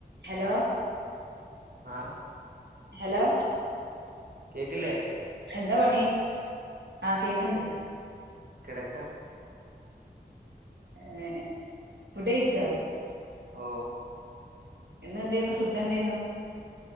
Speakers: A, on the right (about 80°); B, on the right (about 60°).
A: Hello
B: ആഹ്
A: hello
B: കേക്കില്ലേ
A: എന്താപണി ആഹ് കേക്കണ്ട്
B: കിടക്കാ
A: ഏ ഫുഡ്ഡയ്ച്ചോ
B: ഓ
A: എന്ത്‌ണ്ട് ഇന്ന് ഫുഡ്ഡെന്തായിന്നു